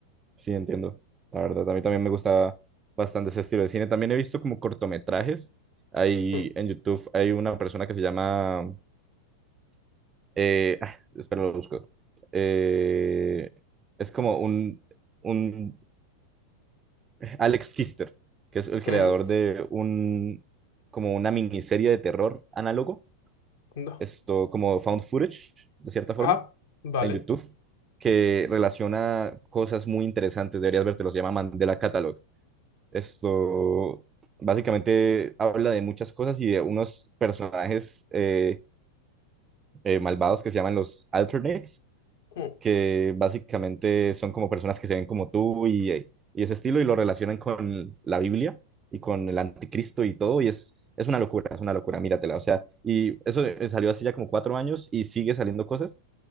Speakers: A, on the right; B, on the left.
A: Sí, entiendo. La verdad, a mí también me gusta bastante ese estilo de cine. También he visto como cortometrajes. Hay
B: Mm,
A: en YouTube, hay una persona que se llama... Eh, ah, espera, lo busco. Eh, es como un, un Alex Kister, que es el creador
B: mm,
A: de un, como una miniserie de terror análogo.
B: no.
A: Esto como found footage, de cierta forma,
B: Ah, vale.
A: en YouTube, que relaciona cosas muy interesantes. Deberías verte, los llama Mandela Catalog Esto básicamente habla de muchas cosas y de unos personajes eh, eh, malvados que se llaman los Alternates,
B: Mm,
A: que básicamente son como personas que se ven como tú y, eh, y ese estilo y lo relacionan con la Biblia y con el anticristo y todo. Y es, es una locura, es una locura, míratela. O sea, y eso eh, salió hace ya como cuatro años y sigue saliendo cosas